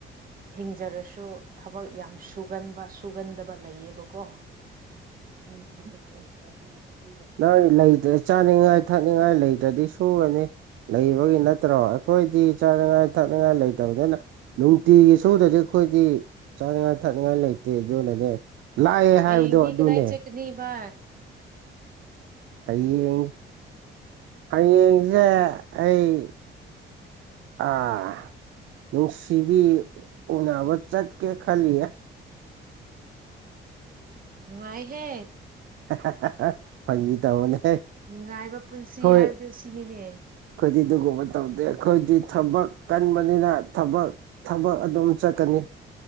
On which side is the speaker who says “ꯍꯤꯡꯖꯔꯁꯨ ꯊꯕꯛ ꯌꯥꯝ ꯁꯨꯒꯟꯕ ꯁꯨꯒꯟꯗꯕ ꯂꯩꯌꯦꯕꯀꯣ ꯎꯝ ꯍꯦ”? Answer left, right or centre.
Right